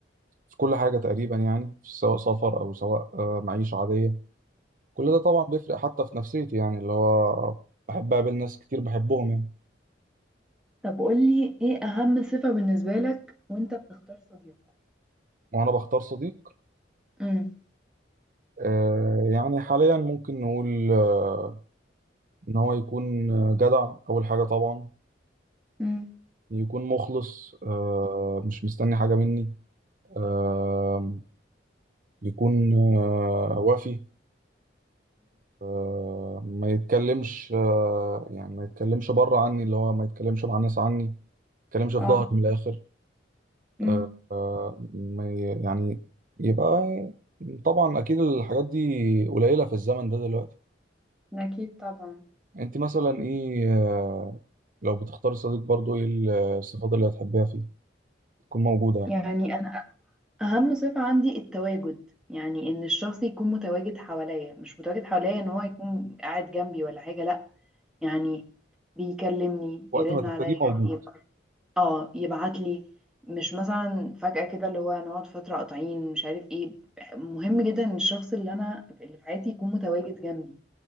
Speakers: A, on the right (about 45°); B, in the centre.
A: في كل حاجة تقريبا يعني سواء سفر أو سواء آه، معيشة عادية كل ده طبعا بيفرق حتى في نفسيتي يعني اللي هو بحب أقابل ناس كتير بحبهم يعني
B: طب قولي ايه اهم صفه بالنسبه لك وانت بتختار صديق
A: وأنا بختار صديق
B: امم
A: آه، يعني حاليا ممكن نقول آه، إن هو يكون آه، جدع أول حاجة طبعا
B: امم
A: يكون مخلص آه، مش مستني حاجة مني آه، يكون آه، وافي آه، ما يتكلمش آه، يعني ما يتكلمش بره عني اللي هو ما يتكلمش مع الناس عني ما يتكلمش في ظهري
B: اه
A: من الآخر
B: امم
A: آه، آه، ما ي- يعني يبقى طبعا أكيد الحاجات دي قليلة في الزمن ده دلوقتي
B: اكيد طبعا
A: أنت مثلا إيه آه، لو بتختاري صديق برضو إيه الصفات اللي هتحبيها فيه تكون موجودة يعني
B: يعني اهم صفة عندي التواجد يعني ان الشخص يكون متواجد حواليا مش متواجد حواليا ان هو يكون قاعد جنبي ولا حاجة لا يعني بيكلمني
A: وقت
B: يرن
A: ما تحتاجيه
B: عليا
A: موجود
B: يبقى اه يبعت لي مش مثلا فجأة كده اللي هو نقعد فترة قاطعين مش عارف ايه مهم جدا ان الشخص اللي انا اللي في حياتي يكون متواجد جنبي